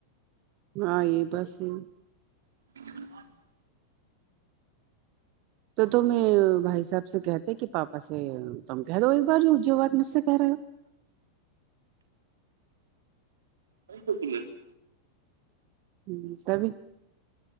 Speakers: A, on the right; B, on the right.
A: ہاں یہ بس ہے
B: <inaudible> <inaudible>
A: تو تو میں بھائی صاحب سے کہتے کہ پاپا سے تم کہہ دو ایک بار جو جو وات مس سے کہہ رہ ہو
B: کئی سکیے <unintelligible>
A: ہ تبھی